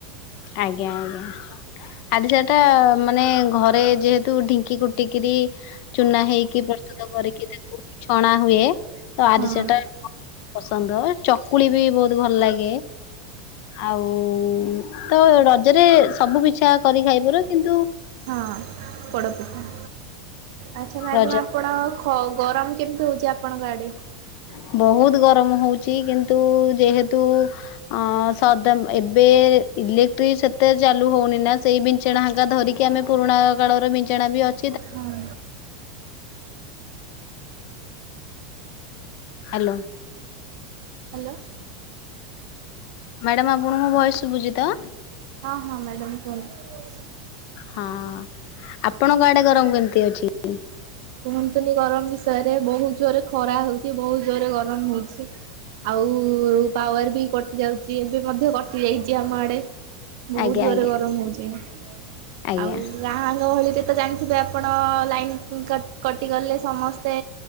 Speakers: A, on the left; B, on the right.
A: ଆଜ୍ଞା ଆଜ୍ଞା। ଆରିସାଟା ମାନେ ଘରେ ଯେହେତୁ ଢିଙ୍କି କୁଟିକିରି ଚୁନା ହେଇକି ପ୍ର ପ୍ରସ୍ତୁତ କରିକି ତାକୁ ଛଣା ହୁଏ ତ ଆରିସାଟା
B: ହଁ
A: ମୋର ପସ ନ୍ଦ ଚକୁଳି ବି ବୋହୁତ ଭଲଲାଗେ ଆଉ ଉ ତ ରଜରେ ସବୁ ପିଛା କରି ଖାଇପାରିବ କିନ୍
B: ହଁ ପୋଡ଼ପିଠା। ଆଚ୍ଛା ମ୍ୟାଡାମ
A: ରଜ
B: ଆପଣ ଖ-ଗରମ କେମତି ହୋଉଛି ଆପଣଙ୍କ ଆଡେ?
A: <inaudible> ବୋହୁତ ଗରମ ହୋଉଚି କିନ୍ତୁ ଯେହେତୁ ଅ ସଦମ୍ ଏବେ ଇଲେକ୍ଟଟ୍ରି ସେତେ ଚାଲୁ ହୋଉନି ନା ସେଇ ବିଛଣା ହଙ୍କା ଧରିକି ଆମେ ପୁରୁଣା କାଳର ବିଛଣା ବି ଅ
B: ହଁ।
A: ହାଲୋ।
B: ହାଲୋ।
A: ମ୍ୟାଡାମ ଆପଣଙ୍କୁ ମୋ ଭଏସ ସୁବୁଚି ତ?
B: ହଁ ହଁ ମ୍ୟାଡ଼ାମ କୁହନ୍ତୁ।
A: ହଁ ଆପଣଙ୍କ ଆଡେ ଗରମ କେମିତି ଅଛି
B: କୁହନ୍ତୁନି ଗରମ ବିଷୟରେ ବହୁତ ଜୋରେ ଖରା ହଉଛି ବହୁତ ଜୋରରେ ଗରମ ହଉଛି। ଆଉ ପାୱାର ବି କଟି ଯାଉଛି ଏବେ ମଧ୍ୟ କଟି ଯାଇଛି ଆମ ଆଡେ ବହୁତ
A: ଆଜ୍ଞା
B: ଜୋରରେ
A: ଆଜ୍ଞା
B: ଗରମ ହଉଛି
A: ଆଜ୍ଞା
B: ଆଉ ଗାଁ ଗହଳିରେ ତ ଜାଣିଥିବେ ଆପଣ ଲାଇନ କଟିଗଲେ ସମସ୍ତେ